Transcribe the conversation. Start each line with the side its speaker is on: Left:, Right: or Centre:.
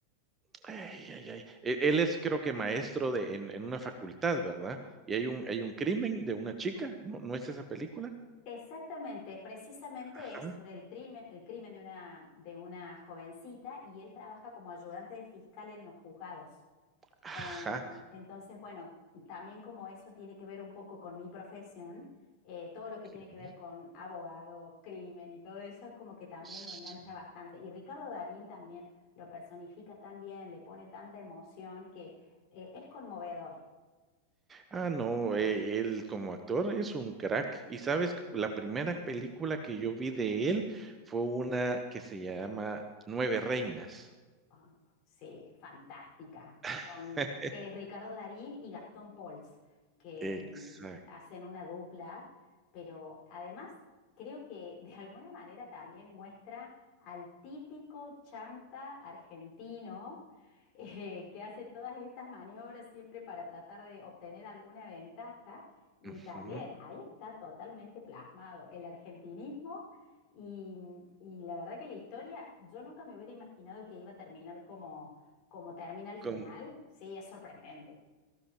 Right: Ay, ay, ay. E- Él es creo que maestro de, en, en una facultad, ¿verdad? Y hay un, hay un crimen de una chica, ¿no, no es esa película?
Left: Exactamente, precisamente
Right: Ajá,
Left: es sobre el crimen, el crimen de una, de una jovencita y él trabaja como ayudante de fiscal en los juzgados.
Right: ajá.
Left: Em, entonces, bueno, también como eso tiene que ver un poco con mi profesión, eh, todo lo que tiene
Right: sí,
Left: que ver con abogados, crimen y todo eso es como que también
Right: sí.
Left: me engancha bastante. Y Ricardo Darín también lo personifica tan bien, le pone tanta emoción que eh, es conmovedor.
Right: Ah, no, eh, él como actor es un crack. Y sabes, que la primera película que yo vi de él fue una que se llama Nueve Reinas.
Left: Ah, Sí, es fantástica. Con
Right: <laughs>
Left: eh, Ricardo Darín y Gastón Pauls, que
Right: Exacto.
Left: mm, hacen una dupla, pero además creo que de alguna manera también muestra al típico chanta argentino eh, que hace todas estas maniobras siempre para tratar de obtener alguna ventaja. Y
Right: ujú,
Left: también ahí está totalmente plasmado el argentinismo y, y la verdad que la historia, yo nunca me hubiera imaginado que iba a terminar como, como termina al final.
Right: Con
Left: Sí, es sorprendente.